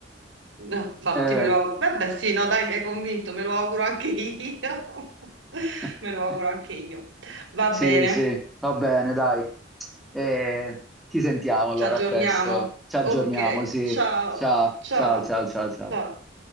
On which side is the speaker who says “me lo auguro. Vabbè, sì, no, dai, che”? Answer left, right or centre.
Right